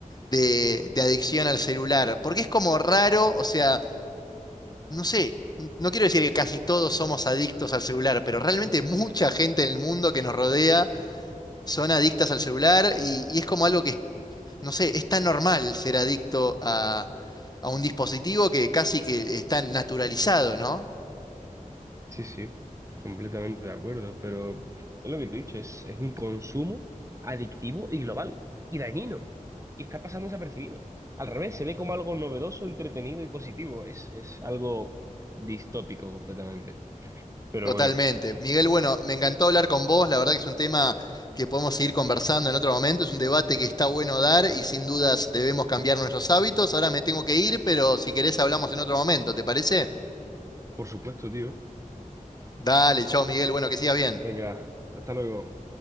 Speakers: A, on the left; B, on the right.
A: de, de adicción al celular, porque es como raro, o sea, no sé, n- no quiero decir que casi todos somos adictos al celular, pero realmente mucha gente en el mundo que nos rodea son adictas al celular y, y es como algo que, no sé, es tan normal ser adicto a, a un dispositivo que casi que está naturalizado, ¿no?
B: Sí, sí, completamente de acuerdo, pero es lo que te he dicho, es, es un consumo adictivo y global y dañino, y está pasando desapercibido. Al revés, se ve como algo novedoso, entretenido y positivo, es, es algo distópico completamente. Pero
A: Totalmente.
B: bueno,
A: Miguel, bueno, me encantó hablar con vos, la verdad que es un tema que podemos seguir conversando en otro momento, es un debate que está bueno dar y sin dudas debemos cambiar nuestros hábitos. Ahora me tengo que ir, pero si querés hablamos en otro momento, ¿te parece?
B: por supuesto, tío.
A: Dale, chao Miguel, bueno, que sigas bien.
B: Venga, hasta luego.